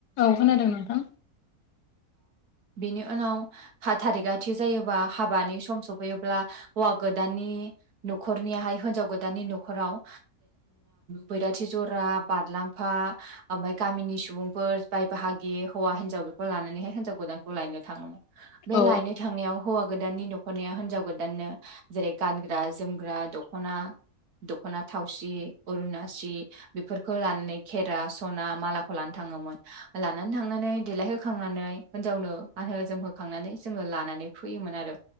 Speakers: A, on the left (about 85°); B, on the right (about 75°).
A: औ खोनादों नोंथां।
B: बिनि उनाव थारिगआथि जायोबा हाबानि सम सफैयोब्ला होवा गोदान न'खरनिया हिनजाव गोदाननि न'राव बै राथि जरा बारलांफा ओमफ्राय गामिनि सुबुंफोर बाय बाहागि हौवा हिनजाव बे लानानै हिनजाव गोदानखौ लायनो थाङोमोन बे
A: औ
B: लायनो थांनायाव हौवा गोदाननि दख'नाया हिनजाव गोदाननो जेरै गानग्रा जोमग्रा दख'ना दख'ना थावसि अरुनासि बेफोरखौ लानानै खेरा सना मालाखौ लानानै थाङोमोन लानानै थांनानै देलायहोखांनानै हिनजाव नो गानहो जोमहोखांनानै जोङो लानानै फैयोमोन आरो